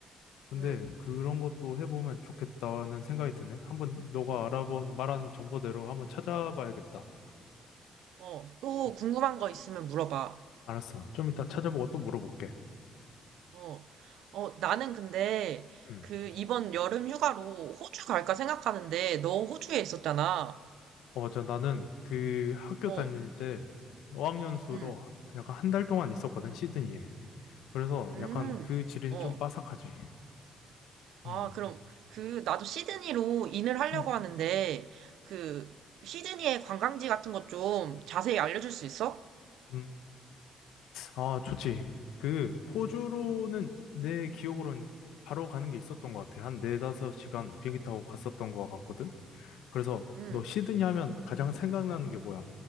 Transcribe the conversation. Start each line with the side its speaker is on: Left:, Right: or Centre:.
Left: 근데
Right: 응.
Left: 그런 것도 해보면 좋겠다는 생각이 드네. 한번 너가 알아본 말한 정보대로 한번 찾아봐야겠다.
Right: 어, 또
Left: 음,
Right: 궁금한 거 있으면 물어봐.
Left: 알았어. 좀 이따 찾아보고 또 물어볼게.
Right: 어, 어, 나는 근데
Left: 음.
Right: 그 이번 여름 휴가로 호주 갈까 생각하는데 너 호주에 있었잖아.
Left: 어, 저 나는 그 학교
Right: 어,
Left: 다닐 때 어학연수로
Right: 응,
Left: 약간 한 달 동안 있었거든, 시드니에. 그래서
Right: 음,
Left: 약간 그 질은
Right: 어.
Left: 좀 빠삭하지.
Right: 아,
Left: 음.
Right: 그럼 그 나도 시드니로 인을 하려고
Left: <clears throat>
Right: 하는데 그 시드니의 관광지 같은 것 좀 자세히 알려줄 수 있어?
Left: 음. 아, 좋지. 그 호주로는 내 기억으로는 바로 가는 게 있었던 것 같아. 한 네다섯 시간 비행기 타고 갔었던 것 같거든. 그래서
Right: 응,
Left: 너 시드니 하면 가장 생각나는 게 뭐야?